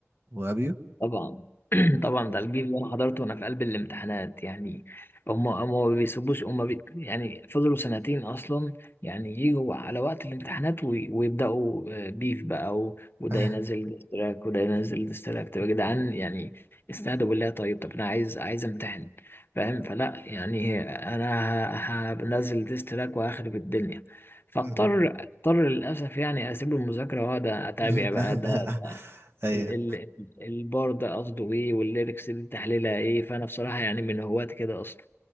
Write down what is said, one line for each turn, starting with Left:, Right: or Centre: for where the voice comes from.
Right: وابيو
Left: طبعا <clears throat> طبعا ده الجيل اللي انا حضرته وانا في قلب الامتحانات يعني هم هم ما بيسيبوش هم بي يعني فضلوا سنتين اصلا يعني يجوا على وقت الامتحانات وي ويبداوا آه، بيف بقى و- وده
Right: <laughs>
Left: ينزل ديستراك وده ينزل ديستراك طب يا جدعان يعني استهدوا بالله طيب طب انا عايز عايز امتحن فاهم فلا يعني انا ه- هنزل ديستراك وهخرب الدنيا فاضطر
Right: مم.
Left: اضطر للاسف يعني اسيب المذاكره واقعد اتابع
Right: <laughs>
Left: بقى ده
Right: ايوه
Left: ال- ال- البار ده قصده ايه والليركس دي تحليلها ايه فانا بصراحة يعني من هواة كده اصلا